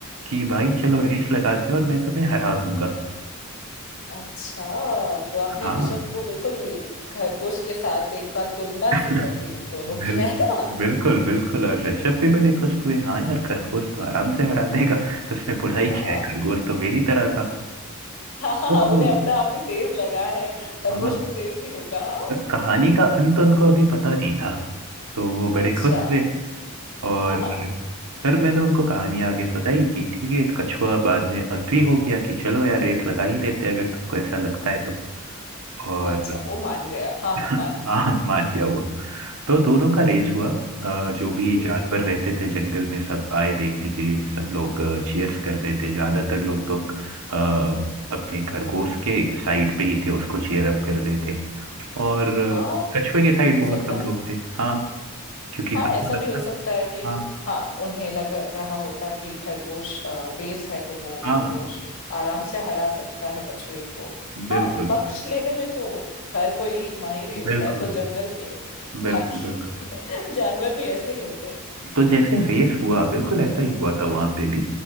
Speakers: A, on the right; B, on the left.
A: कि भाई चलो
B: ओ
A: रेस लगाते हैं और मैं तुम्हें हरा दूंगा
B: अच्छा तो आपने
A: हाँ
B: ऋषभ को बिल्कुल खरगोश के साथ एक बार तुलना
A: <laughs>
B: सी कर दी उन दोनों
A: बिल,
B: की है ना
A: बिल्कुल बिल्कुल और ऋषभ भी बड़े खुश हुए हाँ यार खरगोश तो आराम से हरा देगा तो उसमें बुराई
B: हाँ
A: क्या है खरगोश तो मेरी तरह था
B: हाँ हाँ
A: तो
B: हाँ, उन्हें अपना आप भी तेज लगा है खरगोश
A: हाँ
B: भी तेज ही होगा हाँ
A: पर कहानी का अंत उनको अभी पता नहीं था तो वो बड़े
B: अच्छा
A: खुश हुए और
B: हाँ हाँ
A: फिर मैंने उनको कहानी आगे सुनाई कि ठीक है कछुआ बाद में अग्री हो गया कि चलो यार रेस लगा ही लेते हैं अगर तुमको ऐसा लगता
B: हाँ,
A: है तो और
B: अच्छा वो मान गया हाँ
A: <laughs>
B: हाँ मानती
A: हाँ
B: हूँ
A: मान गया वो तो दोनों का रेस हुआ अ, जो भी
B: हम्म,
A: जानवर
B: हम्म,
A: रहते थे जंगल में सब आए देखने के लिए सब लोग चीयर्स कर रहे थे ज्यादातर लोग तो अ, अपने खरगोश के साइड पे ही थे उसको चीयर अप कर रहे थे और अ,
B: हाँ
A: कछुए के साइड
B: हो
A: बहुत
B: सकता
A: कम
B: है
A: लोग थे हाँ क्योंकि
B: हाँ
A: सबको
B: ऐसा भी
A: लगता
B: हो सकता है कि
A: हाँ
B: हाँ उन्हें लग रहा होता कि खरगोश अ, तेज है तो वो
A: हाँ
B: खरगोश आराम से हरा सकता है कछुए को
A: बिल्कुल
B: हाँ पक्ष लेने में तो हर कोई माहिर ही होता
A: बिल्कुल
B: है तो जंगल के
A: बिल्कुल
B: बाकी
A: बिल्कुल
B: <laughs> जानवर भी ऐसे ही होते
A: तो जैसे रेस हुआ बिल्कुल ऐसा ही हुआ था वहां पे भी